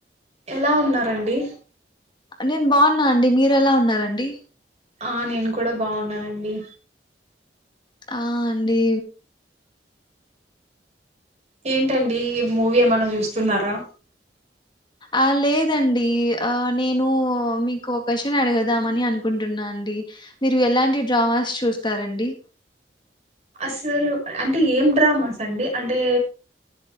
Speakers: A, on the right; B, on the left.
A: ఎలా ఉన్నారండి
B: నేను బాగున్నా అండి మీరు ఎలా ఉన్నారండి
A: ఆ నేను కూడా బాగున్నానండి
B: ఆ అండి
A: ఏంటండి ఈ మూవీ ఏమనా చూస్తున్నారా
B: ఆ లేదండి ఆ నేను మీకు ఒక విషయం అడగదామని అనుకుంటున్నా అండి మీరు ఎలాంటి డ్రామాస్ చూస్తారండి
A: అసలు అంటే ఏం డ్రామాస్ అండి అంటే